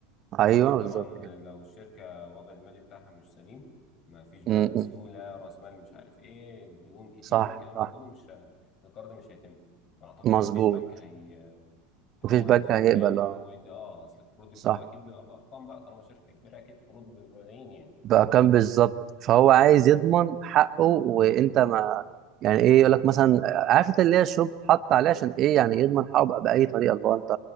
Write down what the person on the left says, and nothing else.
واكيد
طبعا
لو الشركة الوضع المالي بتاعها مش سليم ما فيش بقى
سيولة
رأس مال مش عارف ايه ديون كتير
الكلام
ده كله مش ه- القرض مش هيتم اعتقد
ما فيش بنك هي اللي
هو
هيخاطر
يعني ان
هو يدي اه اصل القروض دي
بتبقى اكيد بيبقى بارقام بقى طالما شركة كبيرة اكيد قروض بملايين يعني
اه
ف-